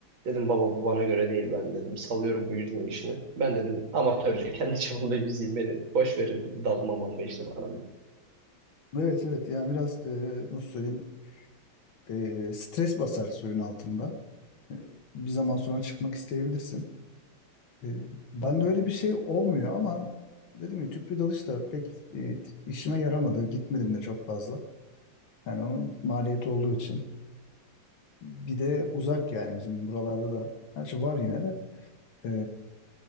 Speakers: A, on the right; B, on the left.
A: Dedim baba bu bana göre değil ben dedim. Salıyorum bu yüzme işini. Ben dedim amatörce kendi <laughs> çapımda yüzeyim beni. Boş verin dalmam ama işte bana. dedim.
B: evet evet yani biraz e, nasıl söyleyeyim e, stres basar suyun altında. E, Bir zaman sonra çıkmak isteyebilirsin. E, Ben de öyle bir şey olmuyor ama dedim ya tüplü dalış da pek e, işime yaramadı. Gitmedim de çok fazla. Yani onun maliyeti olduğu için. Bir de uzak yani bizim buralarda da. Her şey var yine de. E,